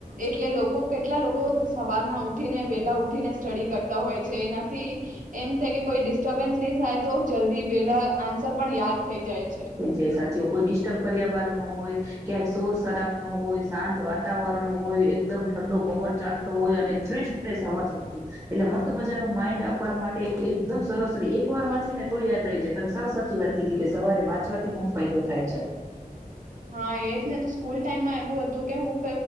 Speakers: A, on the right; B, on the right.
A: એટલે લોકો કેટલા લોકો સવારના ઉઠીને વેલા ઉઠીને સ્ટડી કરતા હોય છે એનાથી એમ થાય કે કોઈ ડિસ્ટર્બન્સ નહી થાય. તો જલ્દી વેલા આન્સર પણ યાદ થઈ જાય છે.
B: <inaudible> સાચુ કોઈ ડિસ્ટર્બ કર્યા વાર ન હોય ક્યાંય સોર શરાબ નો હોય શાંત વાતાવરણ હોય એકદમ ઠંડો પવન ચાલતો હોય અને <unintelligible> હોય એટલે મસ્ત મજાનું માઇન્ડ આપણા માટે એકદમ સરસરી એક વાર વાંચે ને તો યાદ રહી જાય તમે સાવ સાચી વાત કીધી કે સવારે વાંચવાથી બહુ ફાયદો થાય છે.
A: હા એ જ ને તો સ્કૂલ ટાઈમમાં એવું હતું કે હું